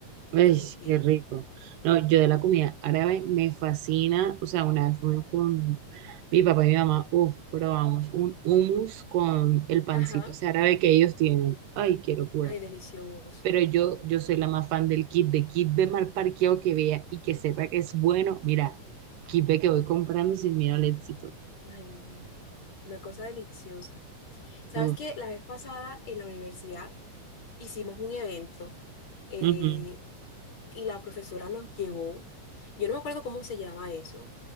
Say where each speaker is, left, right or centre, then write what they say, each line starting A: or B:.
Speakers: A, on the left; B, on the right.
A: Definitiva.
B: Ay, qué rico. No, yo de la comida árabe me fascina. O sea, una vez fuimos con mi papá y mi mamá, uf, probamos un hummus con el pancito
A: Ajá.
B: ese árabe que ellos tienen. Ay, qué locura.
A: Ay, delicioso.
B: Pero yo, yo soy la más fan del kit de kit de mal parqueado que vea y que sepa que es bueno. Mira, kit de que voy comprando sin miedo al éxito.
A: Ay, no, una cosa deliciosa. ¿Sabes
B: Uf,
A: qué? La vez pasada en la universidad hicimos un evento eh,
B: ujú,
A: y la profesora nos llevó, yo no me acuerdo cómo se llama eso,